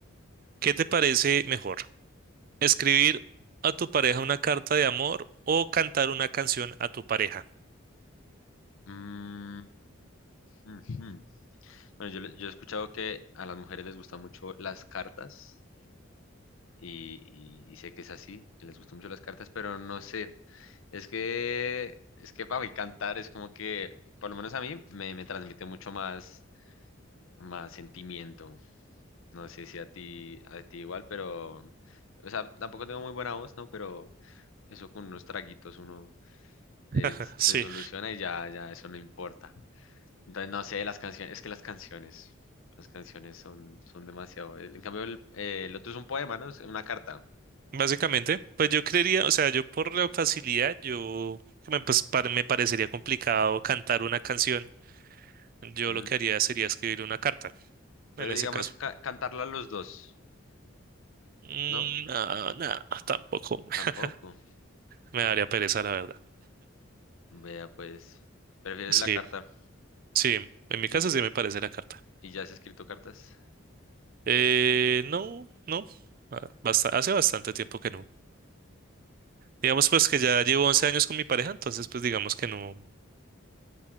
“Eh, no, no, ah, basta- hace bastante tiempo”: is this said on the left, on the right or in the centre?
Right